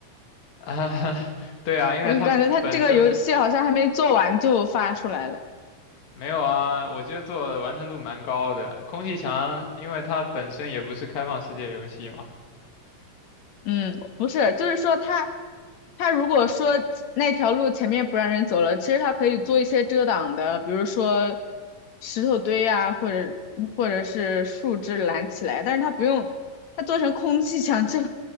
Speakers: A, on the left; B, on the left.
A: 啊，<laughs> 对啊，因为它本身
B: 我感觉他这个游戏好像还没做完就发出来了。
A: 没有啊，我觉得做的完成度蛮高的。空气墙，因为它本身也不是开放世界游戏嘛，
B: 嗯，不是，就是说他，他如果说那条路前面不让人走了，其实他可以做一些遮挡的，比如说石头堆啊，或者或者是树枝拦起来，但是他不用，他做成空气墙，就